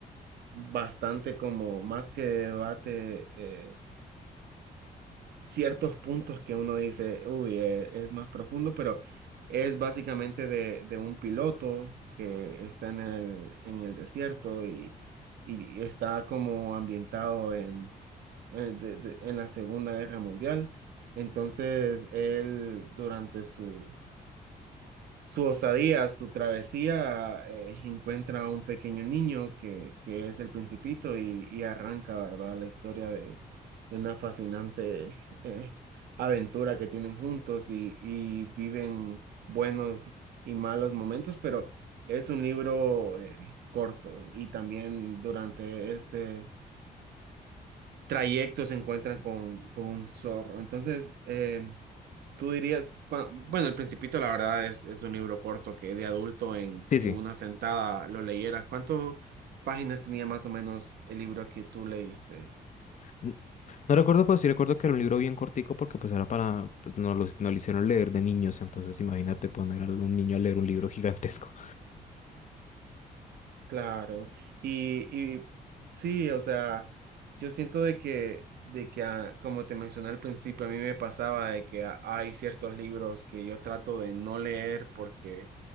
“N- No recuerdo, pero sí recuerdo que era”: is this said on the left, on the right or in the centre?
Left